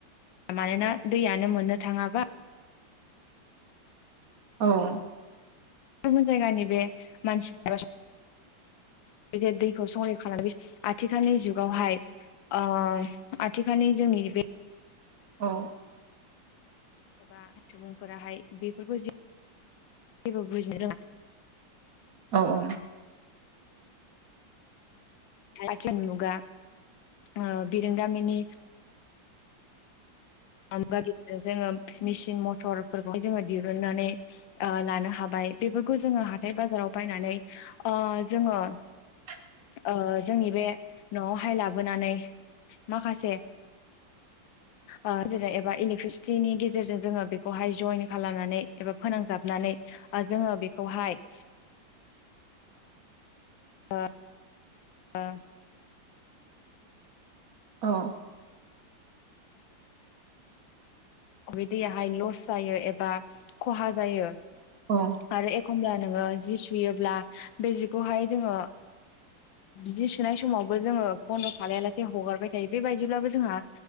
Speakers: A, on the left (about 80°); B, on the right (about 55°).
A: मानोना दैयानो मोननो थाङाबा।
B: औ
A: गुबुन जायगानि बे मानसिफोरा। बे जे दैखौ संरैखा खालामो आथिखालनि जुगावहाय। ओ आथिखालनि जोंनि बे
B: औ।
A: एबा सुबुंफोराहाय बेफोरखौ जि जेबो बुजिनो रोङा।
B: औ औ।
A: भारतयान मुगा ओ बिरोंदामिनि <unintelligible> जोङो मेसिन मथरफोरखौहाय जोङो दिरुननानै लानो हाबाय। बेफोरखौ जोङो हाथाय बाजाराव बायनानै ओ जोङो।
B: <unintelligible>
A: ओ जोंनि बे न'आवहाय लाबोनानै माखासे।
B: <unintelligible>
A: ओ गेजेरजों एबा इलेकट्रिसिटिनि गेजेरजों जोङो बेखौहाय जयन खालामनानै एबा फोनांजाबनानै। जोङो बेखौहाय औ औ।
B: औ।
A: बे दैयाहाय लस जायो एबा खहा जायो।
B: औ।
A: आरो एखमब्ला नोङो जि सुयोब्ला बे जिखौहाय जोङो। जि सुनाय समावबो जोङो बन्द' खालाया लासे हगारबाय थायो बेबायदिब्लाबो जोंहा